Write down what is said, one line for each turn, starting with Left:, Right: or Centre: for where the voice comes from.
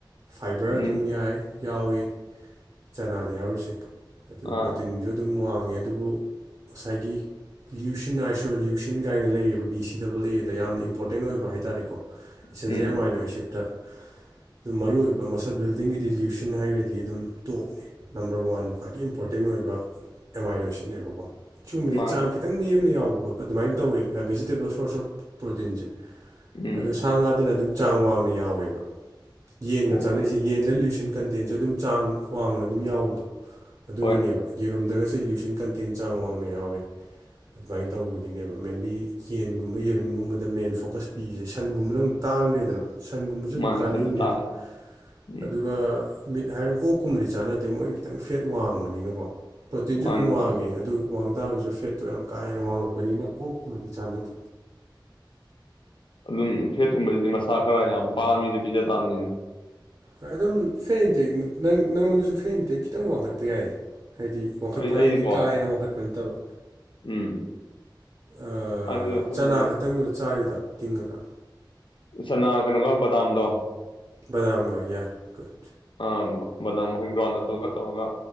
Right: ꯐꯥꯏꯕꯔ
Left: ꯎꯝ
Right: ꯑꯗꯨꯝ ꯌꯥꯏ ꯌꯥꯎꯋꯤ ꯆꯅꯥꯗ ꯌꯥꯎꯔꯤꯁꯦ ꯑꯗꯨ
Left: ꯑꯥ
Right: ꯄ꯭ꯔꯣꯇꯤꯟꯖꯨ ꯑꯗꯨꯝ ꯋꯥꯡꯉꯦ ꯑꯗꯨꯕꯨ ꯉꯁꯥꯏꯒꯤ ꯂ꯭ꯌꯨꯁꯤꯟ ꯑꯥꯏꯁꯣ ꯂ꯭ꯌꯨꯁꯤꯟ ꯀꯥꯏꯅ ꯂꯩꯔꯤꯕ ꯕꯤ ꯁꯤ ꯗꯕꯜ ꯑꯦꯗ ꯌꯥꯝꯅ ꯏꯝꯄꯣꯔꯇꯦꯟ ꯑꯣꯏꯕ ꯍꯥꯏꯇꯥꯥꯔꯦꯀꯣ ꯏꯆꯤꯟꯁꯦ
Left: ꯎꯝ
Right: ꯑꯃꯥꯏꯅꯣ ꯑꯦꯁꯤꯠꯇ ꯑꯗꯨꯝ ꯃꯔꯨ ꯑꯣꯏꯕ ꯃꯁꯜ ꯕꯤꯜꯗꯤꯡꯒꯤꯗꯤ ꯂ꯭ꯌꯨꯁꯤꯟ ꯍꯥꯏꯔꯒꯗꯤ ꯑꯗꯨꯝ ꯇꯣꯞꯅꯤ ꯅꯝꯕꯔ ꯋꯥꯟ ꯈ꯭ꯋꯥꯏꯗꯒꯤ ꯏꯝꯄꯣꯔꯇꯦꯟ ꯑꯣꯏꯕ ꯑꯦꯝ ꯑꯥꯏꯟꯅꯣꯁꯤꯠꯅꯦꯕꯀꯣ ꯁꯤꯒꯨꯝꯕꯕꯁꯤꯁꯦ
Left: ꯃꯥ
Right: ꯆꯥꯡ ꯈꯤꯠ ꯇꯪ ꯅꯦꯝꯅ ꯌꯥꯎꯕ ꯈꯣꯠꯄ ꯑꯗꯨꯃꯥꯏꯅ ꯇꯧꯋꯦ ꯚꯦꯖꯤꯇꯦꯕꯜ ꯁꯣꯔꯁ ꯑꯣꯐ ꯄ꯭ꯔꯣꯇꯤꯟꯁꯦ
Left: ꯎꯝ
Right: ꯑꯗꯨ ꯁꯥ ꯉꯥꯗꯅ ꯑꯗꯨꯝ ꯆꯥꯡ ꯋꯥꯡꯅ ꯌꯥꯎꯋꯦꯕ ꯌꯦꯟꯒ
Left: ꯑꯣ
Right: ꯆꯥꯅꯩꯁꯦ ꯌꯦꯟꯗ ꯂꯨꯁꯤꯟ ꯀꯟ ꯇꯦꯟꯁꯦ ꯑꯗꯨꯝ ꯆꯥꯡ ꯋꯥꯡꯅ ꯑꯗꯨꯝ ꯌꯥꯎꯕꯗꯣ ꯑꯗꯨꯒꯤꯅꯦꯕ
Left: ꯍꯣꯏ
Right: ꯌꯦꯔꯨꯝꯗꯒꯁꯦ ꯂ꯭ꯌꯨꯁꯟ ꯀꯟꯇꯦꯟ ꯆꯥꯡ ꯋꯥꯡꯅ ꯌꯥꯎꯋꯦ ꯑꯗꯨꯃꯥꯏꯅ ꯇꯧꯕꯒꯤꯅꯦꯕ ꯃꯦꯟꯂꯤ ꯌꯦꯟꯒꯨꯝꯕ ꯌꯦꯔꯨꯝꯒꯨꯝꯕꯗ ꯃꯦꯟ ꯐꯣꯀꯁ ꯄꯤꯁꯦ ꯁꯟꯒꯨꯝꯕꯅ ꯑꯃꯨꯛ ꯇꯥꯡꯒ꯭ꯔꯦꯗꯅ ꯁꯟꯒꯨꯝꯕꯖꯨ ꯑꯗꯨꯝ
Left: ꯃꯥꯅꯦ
Right: ꯀꯥꯟꯅꯩꯅꯦꯕ
Left: ꯁꯟꯗꯤ ꯇꯥꯡꯉꯦ ꯎꯝ
Right: ꯑꯗꯨꯒ ꯃꯤꯠ ꯍꯥꯏꯔ ꯑꯣꯛꯀꯨꯝꯕꯗꯤ ꯆꯥꯅꯗꯦ ꯃꯣꯏꯅ ꯈꯤꯇꯪ ꯐꯦꯠ ꯋꯥꯡꯕꯅꯤꯅꯀꯣ ꯄ꯭ꯔꯣꯇꯤꯟꯁꯨ
Left: ꯃꯥꯅꯤ
Right: ꯑꯗꯨꯝ ꯋꯥꯡꯉꯦ
Left: ꯃꯥꯅꯤ
Right: ꯑꯗꯨ ꯋꯥꯡ ꯇꯥꯔꯒꯁꯨ ꯐꯦꯠꯇꯣ ꯌꯥꯝ ꯀꯥ ꯍꯦꯟꯅ ꯋꯥꯡꯉꯛꯄꯅꯤꯅ ꯑꯣꯛꯀꯨꯝꯕꯗꯤ ꯆꯥꯟꯅꯗꯦ
Left: ꯑꯗꯨꯝ ꯐꯦꯠꯀꯨꯝꯕꯁꯤꯗꯤ ꯃꯁꯥ ꯈꯔ ꯌꯥꯝ ꯄꯥꯃꯤꯗ ꯄꯤꯖ ꯇꯥꯝꯅꯤꯅꯦ
Right: ꯍꯣꯏ ꯑꯗꯨꯝ ꯐꯦ ꯏꯟꯇꯦꯛ ꯅ ꯅꯪꯉꯣꯟꯗꯁꯨ ꯐꯦ ꯏꯟꯇꯦꯛ ꯈꯤꯇꯪ ꯋꯥꯡꯈꯠꯄ ꯌꯥꯏ ꯍꯥꯏꯗꯤ ꯋꯥꯡꯈꯠꯄ
Left: ꯑꯩ
Right: ꯍꯥꯏꯗꯤ
Left: ꯑꯩꯀꯣ
Right: ꯀꯥ ꯍꯦꯟꯅ ꯋꯥꯡꯈꯠꯄ ꯅꯠꯇꯕ
Left: ꯎꯝ
Right: ꯑꯥ
Left: ꯍꯥꯏꯗꯤ ꯑꯩꯈꯣꯏꯒꯤ
Right: ꯆꯅꯥ ꯈꯛꯇꯪꯂ ꯆꯥꯔꯤꯗꯣ ꯇꯤꯡꯉꯒ
Left: ꯁꯅꯥ ꯀꯩꯅꯣꯒ ꯕꯗꯥꯝꯗꯣ
Right: ꯕꯗꯝꯒ ꯌꯥ ꯀꯠ
Left: ꯑ ꯕꯅꯥꯃ ꯍꯩ ꯒ꯭ꯔꯥꯎꯟ ꯇꯨꯒ ꯇꯧꯔꯒ